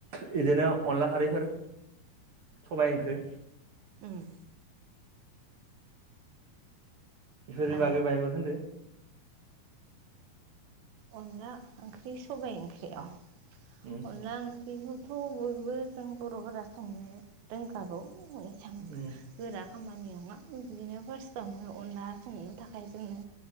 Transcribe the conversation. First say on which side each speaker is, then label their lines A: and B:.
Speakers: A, on the right; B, on the right.
A: बिदिनो अनला खारैफोर सबाय ओंख्रि
B: ओम
A: बेफोरनि
B: आ
A: बागै बायबानो होनदो
B: अनला ओंख्रि सबाइ ओंख्रि औ
A: उम
B: अनला ओंख्रिखौथ' बयबो जों बर'फोरा संनो रोंखागौ एसां
A: उम
B: गोरा खामानि नङा बिदिनो फार्स्टआवनो अनला संनो थाखाय जोंनो